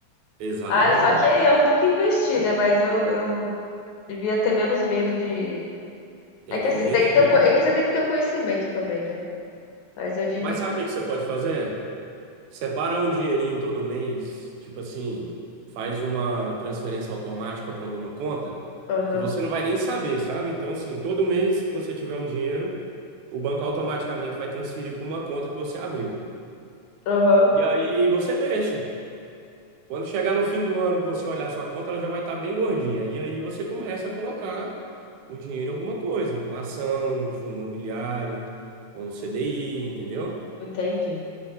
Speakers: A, on the right (about 80°); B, on the left (about 80°).
A: Exatamente.
B: Ai, só que eu nunca investi, né? Mas eu, eu Devia ter menos medo de.
A: Tem
B: É que
A: que
B: assim,
A: investir.
B: tem que ter o... co- é que você tem que ter o conhecimento também, né? Mas eu devia.
A: Mas sabe o que que você pode fazer? Separa um dinheirinho todo mês, tipo assim, faz uma transferência automática para alguma conta
B: Aham,
A: que você não vai nem saber, sabe? Então, assim, todo mês que você tiver um dinheiro, o banco automaticamente vai transferir para uma conta que você abriu.
B: aham,
A: E aí você deixa. Quando chegar no fim do ano que você olhar sua conta, ela já vai estar bem gordinha. E aí você começa a colocar o dinheiro em alguma coisa, alguma ação, um fundo imobiliário, ou um CDI, entendeu?
B: entendi.